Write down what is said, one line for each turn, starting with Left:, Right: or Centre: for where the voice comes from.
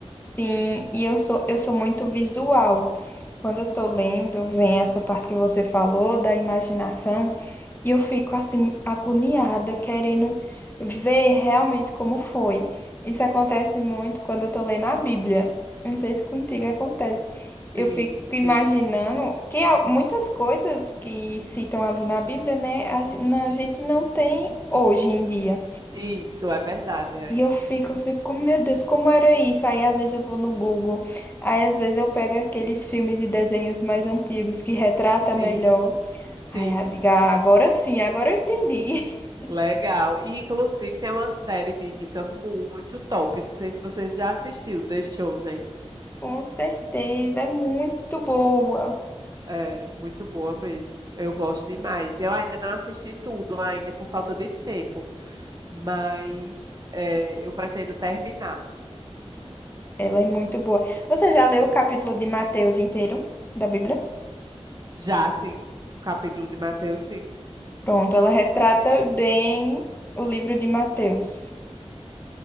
Left: Sim, e eu sou, eu sou muito visual. Quando eu tô lendo, vem essa parte que você falou da imaginação, e eu fico assim, agoniada, querendo ver realmente como foi. Isso acontece muito quando eu tô lendo a Bíblia. Eu Não sei se contigo
Right: Hum,
Left: acontece. Eu
Right: sim,
Left: fico imaginando
Right: sim.
Left: que há muitas coisas que citam ali na Bíblia, né, a gen- não- a gente não tem hoje em dia.
Right: Isso é verdade, é.
Left: E eu fico, eu fico, como, meu Deus, como era isso? Aí às vezes eu vou no Google, aí às vezes eu pego aqueles filmes e desenhos mais antigos que retrata
Right: Sim,
Left: melhor. Aí
Right: sim.
Left: eu digo, "Ah, agora sim, agora eu entendi. <laughs>
Right: Legal. E inclusive tem uma série bíblica muito top. Não sei se você já assistiu, The Chosen.
Left: Com certeza, é muito boa.
Right: É muito boa mesmo. Eu gosto demais. Eu ainda não assisti tudo ainda por falta de tempo, mas é, eu pretendo terminar.
Left: Ela é muito boa. Você já leu o capítulo de Mateus inteiro da Bíblia?
Right: Já, sim. O capítulo de Mateus, sim.
Left: Pronto, ela retrata bem o livro de Mateus.